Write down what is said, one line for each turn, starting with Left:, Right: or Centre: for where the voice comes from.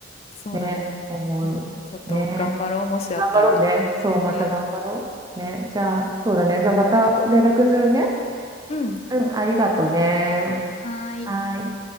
Left: そうだね。
Right: ね、思う。
Left: うん、ちょっと頑張ろう、
Right: ね。
Left: もしあったら。
Right: いや頑張ろうね。そう、また頑張ろう。
Left: うん。
Right: ね。じゃあ、そうだね。じゃあ、また連絡するね。
Left: うん。
Right: うん、ありがとうね。
Left: はーい。
Right: はーい。